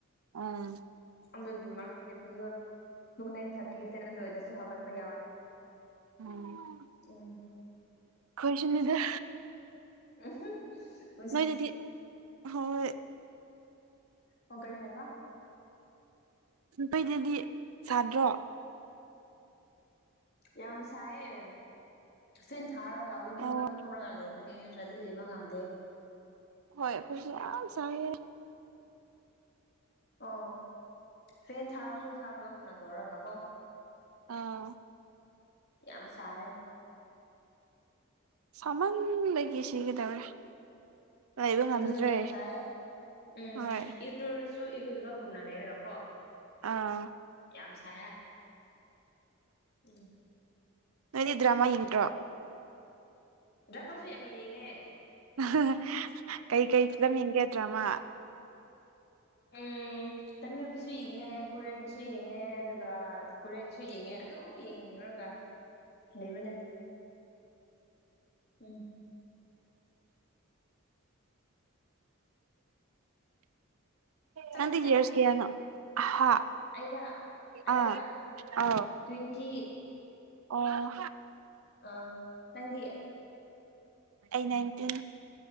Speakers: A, on the right; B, on the left.
A: ꯎꯝ
B: ꯑꯗꯨꯒꯤ ꯃꯛꯇꯗꯤ ꯑꯩꯈꯣꯏꯁꯨ ꯄꯨꯡ ꯏ ꯊꯥꯔꯇꯤꯒꯤ ꯇꯦꯟ ꯑꯗꯨ ꯑꯣꯏꯗꯁꯨ ꯍꯧꯒꯠꯄ ꯌꯥꯎꯋꯦ
A: ꯎꯝ
B: ꯎꯝ
A: ꯈꯣꯏꯁꯨꯅꯤꯗ
B: <unintelligible>
A: ꯅꯣꯏꯗꯗꯤ ꯍꯣꯏ
B: ꯑꯣ ꯀꯔꯤ ꯍꯥꯏꯕ
A: ꯅ ꯈꯣꯏꯗꯗꯤ ꯁꯥꯗ꯭ꯔꯣ
B: ꯌꯥꯝ ꯁꯥꯏꯌꯦ ꯐꯦꯟ ꯊꯥꯔꯒ ꯋꯤꯟꯗꯣ
A: ꯑꯣ
B: ꯃꯅꯥꯛꯇ ꯐꯝꯔꯒ ꯂꯩꯕꯅꯦ <unintelligible> ꯂꯩꯕ ꯉꯝꯗꯦ
A: ꯍꯣꯏ ꯑꯩꯈꯣꯏꯁꯨ ꯌꯥꯝ ꯁꯥꯏꯌꯦ
B: ꯑꯣ ꯐꯦꯟ ꯊꯥꯔꯁꯨ ꯊꯥꯗꯕꯒꯨꯝꯅ ꯇꯧꯔꯒ ꯀꯣ
A: ꯑꯝ
B: ꯌꯥꯝ ꯁꯥꯏꯌꯦ
A: ꯁꯥꯃꯟꯗꯒꯤ ꯁꯤꯒꯗꯧꯔꯦ ꯂꯩꯕ ꯉꯝꯗ꯭ꯔꯦ
B: ꯑꯗꯨꯅꯦ ꯌꯥꯝ ꯁꯥꯏꯌꯦ ꯎꯝ
A: ꯍꯣꯏ
B: ꯏꯔꯨꯔꯁꯨ ꯏꯔꯨꯗꯕꯒꯨꯝꯅ ꯂꯩꯔꯒꯀꯣ
A: ꯑꯥ
B: ꯌꯥꯝ ꯁꯥꯏꯌꯦ ꯎꯝ
A: ꯅꯣꯏꯗꯤ ꯗ꯭ꯔꯃꯥ ꯌꯦꯡꯗ꯭ꯔꯣ
B: ꯗ꯭ꯔꯃꯥꯁꯨ ꯌꯥꯝ ꯌꯦꯡꯉꯦ
A: <unintelligible> ꯀꯩꯀꯩ ꯐꯤꯂꯝ ꯌꯦꯡꯒꯦ ꯗ꯭ꯔꯃꯥ
B: ꯎꯝ ꯇꯥꯃꯤꯜꯒꯤꯁꯨ ꯌꯦꯡꯉꯦ ꯀꯣꯔꯤꯌꯥꯟꯒꯤꯁꯨ ꯌꯦꯡꯉꯦ ꯑꯗꯨꯒ ꯀꯣꯔꯤꯌꯥꯟꯒꯤꯁꯨ ꯌꯦꯡꯉꯦ ꯑꯗꯨꯝ ꯌꯦꯡ ꯌꯦꯡꯉꯨꯔꯒ ꯂꯩꯕꯅꯦ ꯎꯝ ꯆꯥꯛꯇꯤ
A: ꯅꯣꯗꯤ ꯌꯔꯁ ꯀꯌꯥꯅꯣ ꯍꯥ
B: ꯑꯩꯔ ꯑꯩꯔ
A: ꯑꯥ ꯑꯥꯎ
B: ꯇ꯭ꯋꯦꯟꯇꯤ
A: ꯑꯣ
B: ꯑ ꯅꯪꯗꯤ
A: ꯑꯩ ꯅꯥꯏꯟꯇꯤꯟ